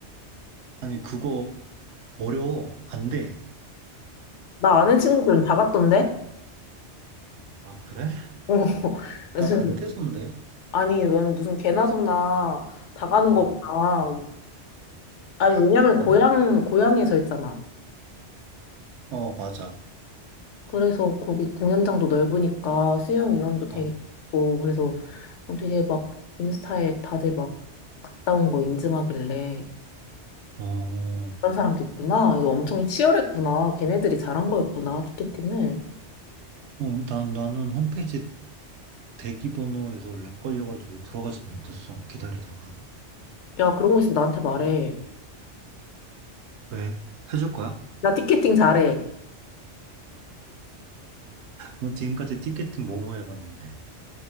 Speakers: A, on the right; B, on the left.
A: 아니 그거 어려워 안 돼.
B: 나 아는 친구들은 다 갔던데?
A: 아 그래?
B: 어, <laughs> 그래서
A: 난 안 되던데.
B: 아니, 너는 무슨 개나 소나 다 가는
A: 어
B: 거구나. 아니, 왜냐면 고향,
A: 그래?
B: 고향에서 했잖아.
A: 어 맞아.
B: 그래서 거기 공연장도 넓으니까 수용 인원도 되게
A: 어.
B: 있고, 그래서 어, 되게 막 인스타에 다들 막 갔다 온 거 인증하길래
A: 어.
B: 그런 사람도 있구나. 이거 엄청 치열했구나. 걔네들이 잘한 거였구나, 티켓팅을.
A: 어, 난 나는 홈페이지 대기번호에서 렉 걸려가지고 들어가지도 못했어 기다리다가.
B: 야, 그런 거 있으면 나한테 말해.
A: 왜? 해줄 거야?
B: 나 티켓팅 잘해.
A: 너 지금까지 티켓팅 뭐뭐 해봤는데.